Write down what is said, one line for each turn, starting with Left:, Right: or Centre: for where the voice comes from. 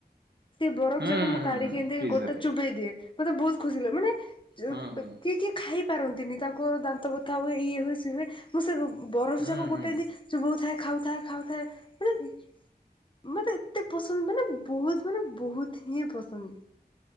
Left: ସେ ବରଫ
Right: ହୁଁ ହୁଁ
Left: ଯାକ ମୁଁ
Right: ହୁଁ
Left: କାଢିକି
Right: ହୁଁ
Left: ଏମତିି
Right: ଫ୍ରିଜରରେ
Left: ଗୋଟେ ଚୋବେଇ ଦିଏ ମତେ ବହୁତ ଖୁସି ଲଗେ ମାନେ। ଯୋଉ
Right: ହୁଁ ହୁଁ
Left: ଉ କିଏ କିଏ ଖାଇ ପାରନ୍ତିନି ତାଙ୍କ ଦାନ୍ତ ବଥା ହୁଏ ଇଏ ହୁଏ ସିଏ ହୁଏ ମୁଁ ସେ। ବରଫ
Right: ହୁଁ
Left: ଯାକ ଗୋଟେ
Right: ହୁଁ
Left: ଏମିତି ଚୋବଉ ଥାଏ। ଖାଉଥାଏ ଖାଉଥାଏ ମାନେ ମତେ ଏତେ ପସନ୍ଦ ମାନେ ବହୁତ। ମାନେ ବହୁତ ହିଁ ପସନ୍ଦ।